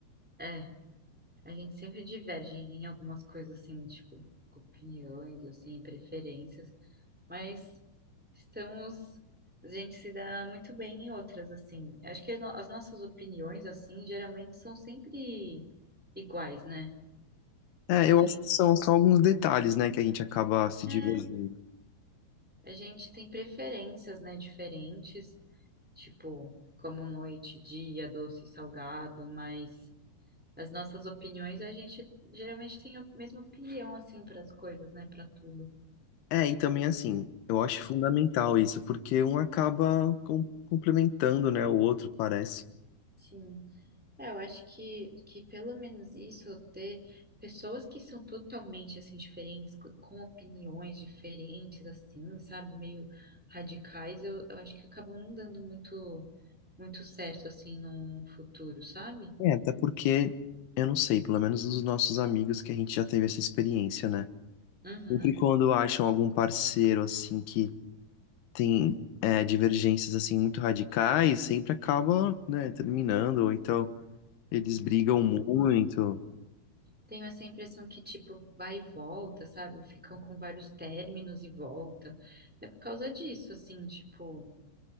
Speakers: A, in the centre; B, on the left.
A: É, a gente sempre diverge em algumas coisas assim, tipo, opiniões, assim, preferências. Mas estamos. A gente se dá muito bem em outras, assim. Acho que as no- as nossas opiniões, assim, geralmente são sempre iguais, né?
B: É,
A: A
B: eu
A: gente,
B: acho que são só alguns detalhes, né, que a gente acaba se
A: é,
B: divergindo.
A: a gente tem preferências, né, diferentes, tipo, como noite, dia, doce, salgado, mas as nossas opiniões, a gente geralmente tem a mesma opinião, assim, para as coisas, né, para tudo.
B: É, e também assim, eu acho fundamental isso, porque um acaba com- complementando, né, o outro, parece.
A: Sim. É, eu acho que, que pelo menos isso, ter pessoas que são totalmente, assim, diferentes, co- com opiniões diferentes, assim, sabe, meio radicais, eu, eu acho que acabam não dando muito, muito certo, assim, no futuro, sabe?
B: É, até porque, eu não sei, pelo menos dos nossos amigos que a gente já teve essa experiência, né?
A: Uhum.
B: Sempre quando acham algum parceiro, assim, que tem é, divergências, assim, muito radicais, sempre acaba, né, terminando, ou então eles brigam muito.
A: Tenho essa impressão que, tipo, vai e volta, sabe? Ficam com vários términos e volta. É por causa disso, assim, tipo.